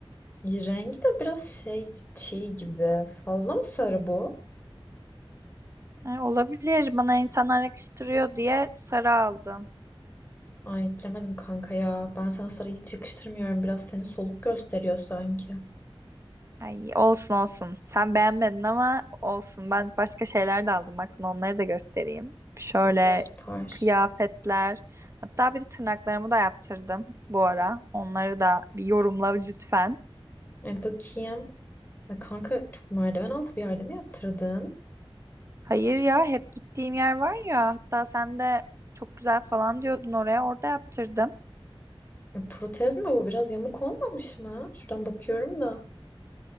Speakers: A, on the left; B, on the right.
A: Rengi de biraz şey çiğ gibi. Fazla mı sarı bu?
B: Ay, olabilir bana insanlar yakıştırıyor diye sarı aldım.
A: Ay bilemedim kanka ya. Ben sana sarı hiç yakıştırmıyorum. Biraz seni soluk gösteriyor sanki.
B: Ay olsun olsun. Sen beğenmedin ama olsun. Ben başka şeyler de aldım. Bak sana onları da göstereyim. Şöyle
A: Göster.
B: kıyafetler. Hatta bir de tırnaklarımı da yaptırdım bu ara. Onları da bir yorumla lütfen.
A: E, bakayım. Ay, kanka çok merdiven altı bir yerde mi yaptırdın?
B: Hayır ya hep gittiğim yer var ya hatta sen de çok güzel falan diyordun oraya orada yaptırdım.
A: E, protez mi bu? Biraz yamuk olmamış mı? Şuradan bakıyorum da.